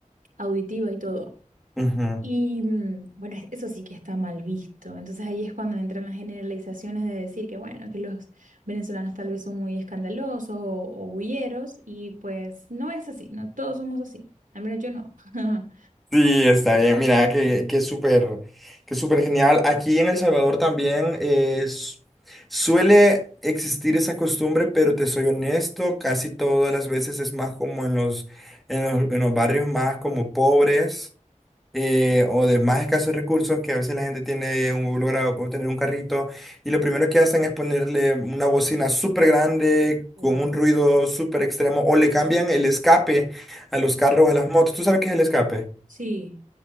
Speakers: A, on the right; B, in the centre.
A: auditiva y todo.
B: Ujú.
A: Y mm, bueno, es- eso sí que está mal visto. Entonces ahí es cuando entran las generalizaciones de decir que bueno, que los venezolanos tal vez son muy escandalosos o, o bulleros y pues no es así, no todos somos así. Al menos yo no. <laughs>
B: Sí, está bien. Mira, que, que súper, que súper genial. Aquí en El Salvador también es, suele existir esa costumbre, pero te soy honesto, casi todas las veces es más como en los, en los, en los barrios más como pobres. eh, o de más escasos recursos, que a veces la gente tiene un, logra obtener un carrito y lo primero que hacen es ponerle una bocina súper grande
A: Wow.
B: con un ruido súper extremo o le cambian el escape a los carros, a las motos. ¿Tú sabes qué es el escape?
A: Sí.